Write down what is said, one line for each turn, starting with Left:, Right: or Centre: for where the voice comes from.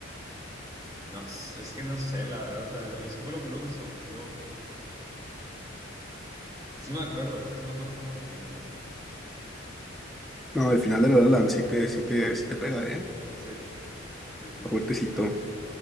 Right: no, sé, es que no sé, la verdad, o sea, eso fue lo primero que se me ocurrió. Sí me acuerdo, es que sí me acuerdo cómo reaccioné, güey.
Centre: No, el final de La La Land sí te, sí te, sí te pega, ¿eh?
Right: Sí, sí, definit-
Centre: Está fuertecito.